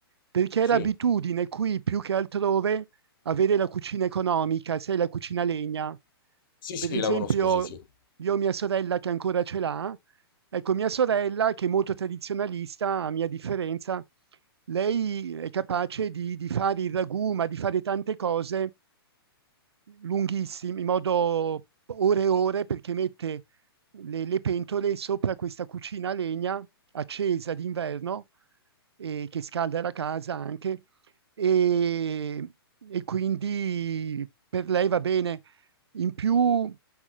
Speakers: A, on the right; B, on the left.
A: perché
B: Sì,
A: è l'abitudine qui più che altrove avere la cucina economica, sai, la cucina a legna.
B: sì,
A: Per
B: sì,
A: esempio,
B: la conosco, sì, sì.
A: io ho mia sorella che ancora ce l'ha. Ecco, mia sorella, che è molto tradizionalista, a mia differenza, lei è capace di, di fare il ragù, ma di fare tante cose lunghissime, in modo ore e ore, perché mette le, le pentole sopra questa cucina a legna accesa d'inverno, eh, che scalda la casa anche, e, e quindi per lei va bene. In più,